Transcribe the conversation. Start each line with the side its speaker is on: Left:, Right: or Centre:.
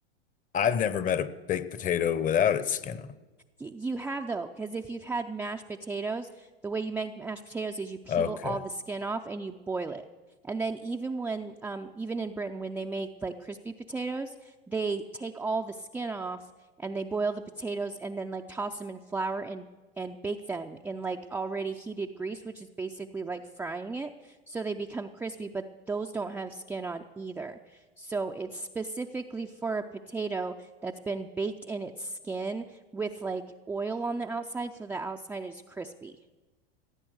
Left: I've never met a baked potato without its skin on.
Centre: You have though, because if you've had mashed potatoes, the way you make mashed potatoes is you peel
Left: Okay.
Centre: all the skin off and you boil it. And then even when, um, even in Britain, when they make like crispy potatoes, they take all the skin off and they boil the potatoes and then like toss them in flour and and bake them in like already heated grease, which is basically like frying it. So they become crispy, but those don't have skin on either. So it's specifically for a potato that's been baked in its skin with like oil on the outside so the outside is crispy.